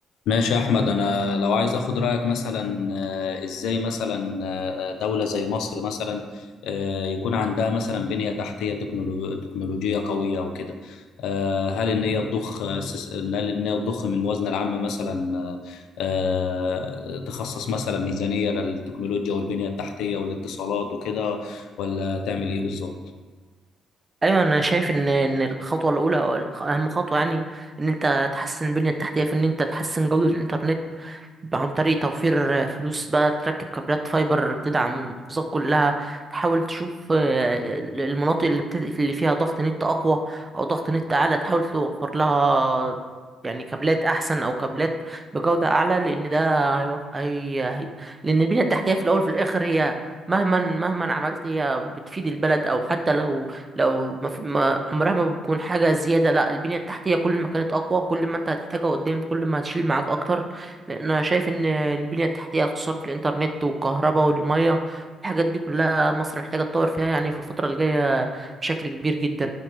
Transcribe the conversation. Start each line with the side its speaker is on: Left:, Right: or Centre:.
Left: ماشي يا احمد انا لو عايز اخد رايك مثلا آه، ازاي مثلا آه، آه، دوله زي مصر مثلا آه، يكون عندها مثلا بنيه تحتيه تكنولو- تكنولوجيه قويه وكده آه، هل ان هي تضخ استس- هل ان هي تضخ من الموازنه العامه مثلا آه، آه، تخصص مثلا ميزانيه للتكنولوجيا والبنيه التحتيه والاتصالات وكده ولا تعمل ايه بالظبط
Right: ايوه انا شايف ان ان الخطوه الاولى او الخ- اهم خطوه يعني ان انت تحسن البنيه التحتيه في ان انت تحسن جوده الانترنت عن طريق توفير فلوس بقى تركب كابلات فايبر تدعم المحافظات كلها تحاول تشوف آه، المناطق اللي, بت... اللي فيها ضغط نت أقوى أو ضغط نت أعلى تحاول توفر لها يعني كابلات أحسن أو كابلات بجودة أعلى لأن ده هيوف... هي... هي... لأن البنية التحتية في الأول في الآخر هي مهما مهما عملت هي بتفيد البلد أو حتى لو لو ما في... ما عمرها ما بتكون حاجة زيادة لا البنية التحتية كل ما كانت أقوى كل ما أنت هتحتاجها قدام كل ما هتشيل معاك أكتر لان انا شايف ان البنيه التحتيه خصوصا في الانترنت والكهرباء والميه والحاجات دي كلها مصر محتاجه تطور فيها يعني في الفتره الجايه بشكل كبير جدا